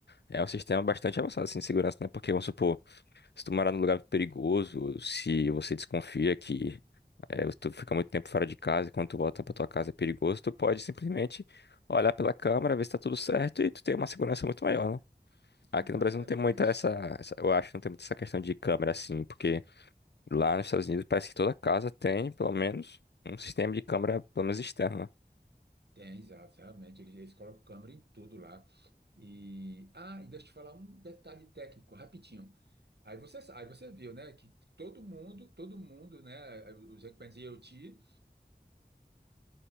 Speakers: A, on the left (about 80°); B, on the right (about 75°).
A: É um sistema bastante avançado, assim, de segurança, né? Porque, vamos supor, se tu morar num lugar perigoso, se você desconfia que é, tu fica muito tempo fora de casa e quando tu volta pra tua casa é perigoso, tu pode simplesmente olhar pela câmera, ver se tá tudo certo e tu tem uma segurança muito maior, né? Aqui
B: Exatamente.
A: no Brasil não tem muita essa, essa- eu acho, que não tem muita essa questão de câmera, assim, porque Lá nos Estados Unidos parece que toda casa tem, pelo menos, um sistema de câmera, pelo menos externa.
B: Tem, exato, realmente. Eles, eles colocam câmera em tudo lá. E, ah, e deixa eu te falar um detalhe técnico, rapidinho. Aí você, sa- aí você viu, né, que todo mundo, todo mundo, né, os equipamentos IoT,